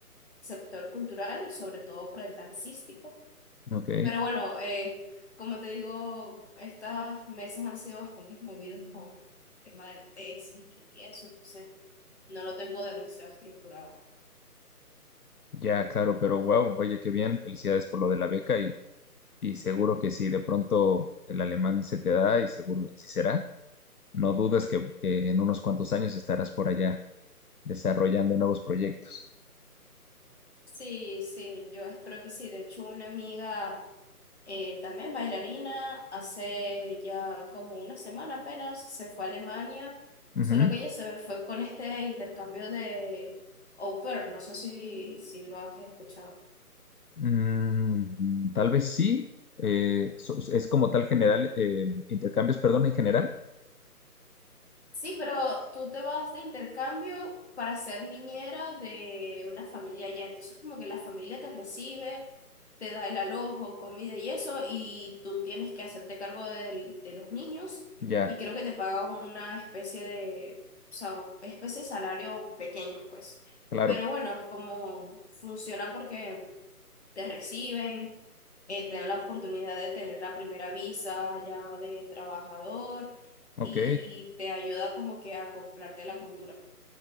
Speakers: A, on the left; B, on the left.
A: sector cultural y sobre todo por el dancístico.
B: Ok,
A: Pero bueno, eh, como te digo, estos meses han sido bastante movidos con el tema de la tesis y eso, entonces no lo tengo demasiado estructurado.
B: ya, claro, pero wow, oye, qué bien, felicidades por lo de la beca y, y seguro que sí, de pronto el alemán se te da y seguro así será. No dudes que, que en unos cuantos años estarás por allá desarrollando nuevos proyectos.
A: Sí, sí, yo espero que sí. De hecho, una amiga eh, también bailarina, hace ya como una semana apenas, se fue a Alemania,
B: Ujú.
A: solo que ella se fue con este intercambio de au pair, no sé si, si lo has escuchado.
B: Mm, tal vez sí. eh, so- es como tal general, eh, intercambios, perdón, en general.
A: Sí, pero tú te vas de intercambio para ser niñera de una familia allá. Entonces, como que la familia te recibe, te da el alojo, comida y eso, y tú tienes que hacerte cargo del- de, los niños.
B: Ya,
A: Y creo que te pagan una especie de, o sea, especie de salario pequeño, pues.
B: claro.
A: Pero bueno, como funciona porque te reciben, eh, te dan la oportunidad de tener la primera visa ya de trabajador
B: Ok.
A: y te ayuda como que a acoplarte a la cultura.